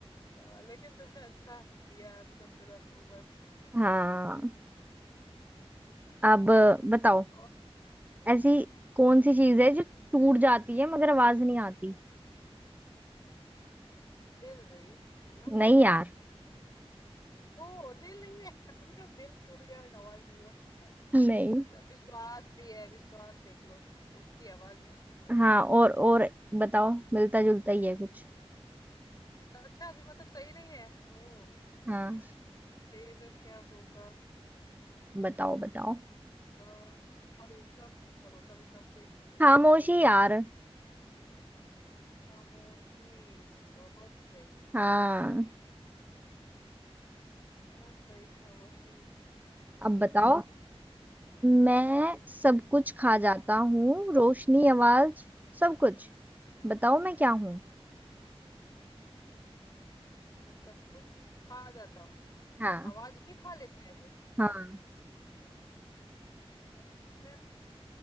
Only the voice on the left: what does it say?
अ, लेकिन तुमने अच्छा दिया आंसर तुरंत उम्र <laughs>
और हम्म,
हम्म, पूछो
दिल भाई है ना
ओ दिल नहीं है <laughs> उनका दिल टूट गया आवाज नहीं हुआ
अच्छा विश्वास भी है विश्वास देख लो तो उठती आवाज नहीं होती है ना
अच्छा अभी मतलब सही नहीं है ओ
फिर क्या होगा
विश्वास भरोसा भरोसा विश्वास तो एक ही हो गया
हम्म, खामोशी बहुत सही
बहुत सही खामोशी
हाँ
मैं सब कुछ खा जाता हूँ
आवाज भी खा लेता है वो
अच्छा